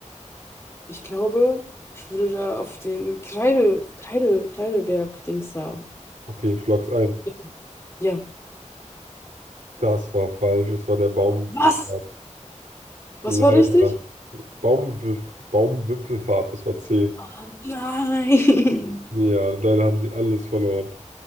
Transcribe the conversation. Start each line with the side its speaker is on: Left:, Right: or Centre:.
Left: ich glaube, ich würde da auf den Kreide, Kreide, Kreideberg-Dings da.
Right: Okay, ich logg's ein.
Left: tippen. Ja.
Right: Das war falsch. Es war der Baumwipfelfahrt.
Left: Was? Was
Right: Leider.
Left: war richtig?
Right: Baumwipfel, Baumwipfelfahrt, das war C.
Left: Oh nein.
Right: Ja, leider haben sie alles verloren.